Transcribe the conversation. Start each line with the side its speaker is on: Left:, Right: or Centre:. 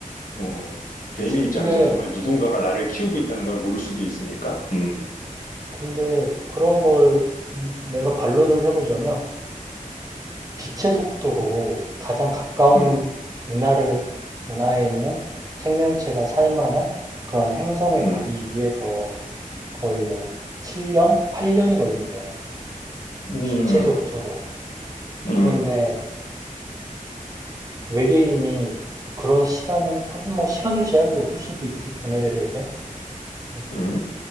Left: 어, 개미 입장에서는
Right: 근데,
Left: 정말 누군가가 나를 키우고 있다는 걸 모를 수도 있으니까, 음,
Right: 근데, 그런 걸 음, 내가 반론을 해보자면, 기체 속도로 가장 가까운
Left: 음,
Right: 은하를 은하에 있는 생명체가 살 만한 그런 행성에
Left: 음,
Right: 가기 위해서 거의 뭐 7년, 8년이 걸린대.
Left: 음,
Right: 빛의 속도로.
Left: 음,
Right: 그런데 외계인이 그런 시간을, 하긴 뭐 시간의 제약이 없을 수도 있지, 그네들에겐. 음,
Left: 음, 음.